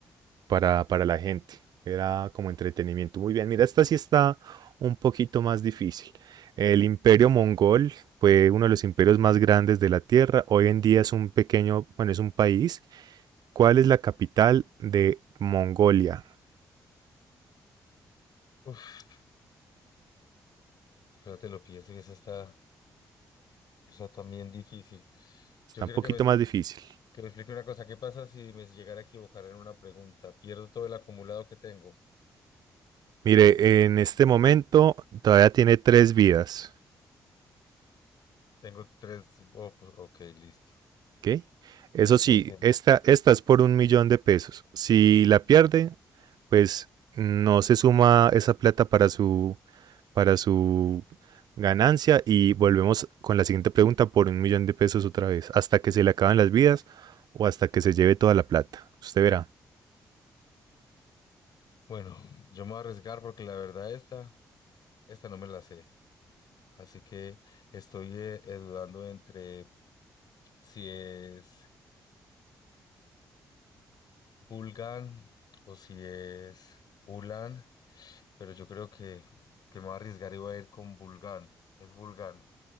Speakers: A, on the right (about 70°); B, on the left (about 70°).
A: para, para la gente. Era como entretenimiento. Muy bien. Mira, esta sí está un poquito más difícil. El imperio mongol fue uno de los imperios más grandes de la Tierra. Hoy en día es un pequeño, bueno, es un país. ¿Cuál es la capital de Mongolia?
B: Uf, espérate, lo pienso que esa está, esa también difícil.
A: Está
B: Yo quiero
A: un poquito
B: que me,
A: más difícil.
B: Que me explique una cosa, ¿qué pasa si me llegara a equivocar en una pregunta? ¿Pierdo todo el acumulado que tengo?
A: Mire, en este momento todavía tiene tres vidas.
B: Tengo tres... oh, pues, ok, listo.
A: Ok. Eso
B: Sí,
A: sí,
B: entiendo.
A: esta, esta es por un millón de pesos. Si la pierde, pues no se suma esa plata para su, para su ganancia y volvemos con la siguiente pregunta por un millón de pesos otra vez, hasta que se le acaben las vidas o hasta que se lleve toda la plata. Usted verá.
B: Bueno, yo me voy a arriesgar porque la verdad esta, esta no me la sé. Así que estoy eh, eh, dudando entre si es Bulgan o si es Ulan, pero yo creo que, que me voy a arriesgar y voy a ir con Bulgan. Es Bulgan.